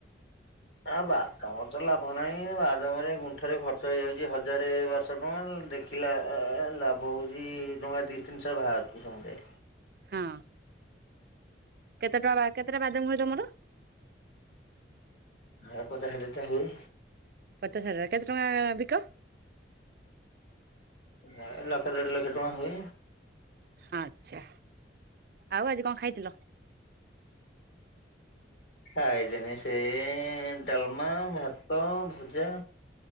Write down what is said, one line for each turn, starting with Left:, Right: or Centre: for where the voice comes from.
Left: ଆଁ ବାଦାମ ତ ଲାଭ ନାହିଁ ବାଦାମରେ ଗୁଣ୍ଠରେ ଖର୍ଚ୍ଚ ହେଇଯାଉଚି ହଜାରେ ବାରଶ ଟଙ୍କା ଦେଖ୍ ପିଲା ଆ ଆ ଲାଭ ହୋଉଚି ଟଙ୍କା ଦି ତିନିଶ ଭାରୁଚି ସମଦାଏ।
Right: ହଁ। କେତେ ଟଙ୍କା ବା କେତେଟା ବାଦାମ ହୁଏ ତମର?
Left: ହେ ପଚାଶ ଷାଠିଏଟା ହୁଏ।
Right: ପଚାଶ ହଜାର କେତେ ଟଙ୍କା ବିକ?
Left: ହେ ଲକ୍ଷେ ଦେଢ଼ ଲକ୍ଷ ଟଙ୍କା ହୁଏ।
Right: ଆଚ୍ଛା ଆଉ ଆଜି କଁ ଖାଇଥିଲ?
Left: ଖାଇଥିନି ସେଇ ଡାଲମା, ଭାତ, ଭଜା।